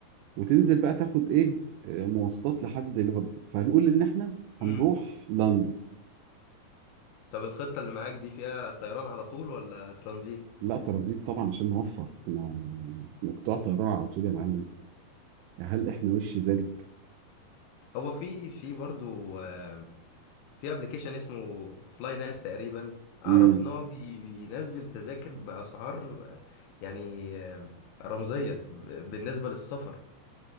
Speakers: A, on the right; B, on the left.
A: وتنزل بقى تاخد ايه آه، مواصلات لحد ليفربول فهنقول ان احنا
B: امم
A: هنروح لندن
B: طب الخطة اللي معاك دي فيها طيران على طول ولا ترانزيت
A: لا ترانزيت طبعا عشان نوفر لا لا بتوع طيران على طول يا معلم هل احنا وش ذلك؟
B: هو في في برضه آه، في ابلكيشن اسمه فلاي ناس تقريبا اعرف
A: مم.
B: ان هو بي بينزل تذاكر باسعار آه، يعني آه، رمزيه ب- بالنسبه للسفر